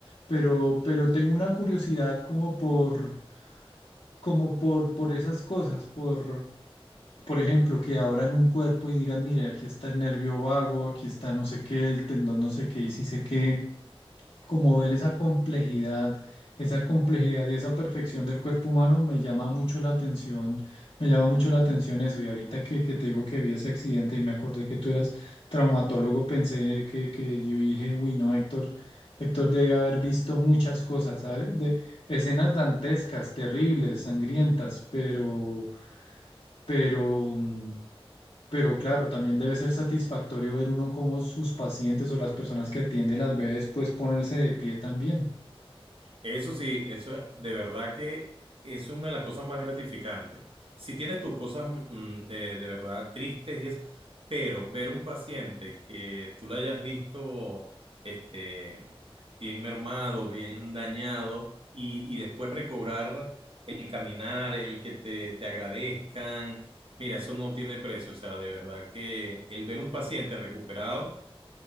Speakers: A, on the left; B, on the right.
A: pero, pero tengo una curiosidad como por, como por, por esas cosas, por, por ejemplo, que abran un cuerpo y digan, mire, aquí está el nervio vago, aquí está no sé qué, el tendón no sé qué y sí sé qué como ver esa complejidad, esa complejidad y esa perfección del cuerpo humano me llama mucho la atención, me llama mucho la atención eso. Y ahorita que, que te digo que vi ese accidente y me acordé que tú eras traumatólogo, pensé que, que yo dije, uy, no, Héctor, Héctor debe haber visto muchas cosas, ¿sabes? De escenas dantescas, terribles, sangrientas, pero, pero, mm, pero claro, también debe ser satisfactorio ver uno cómo sus pacientes o las personas que atiende las ve después ponerse de pie también.
B: Eso sí, eso es- de verdad que eso es una de las cosas más gratificantes. Si tienes tus cosas mm, eh, de verdad tristes y es, pero ver un paciente que tú lo hayas visto este, bien mermado, bien dañado y, y después recobrar el caminar, el que te, te agradezcan, mira, eso no tiene precio. O sea, de verdad que el ver un paciente recuperado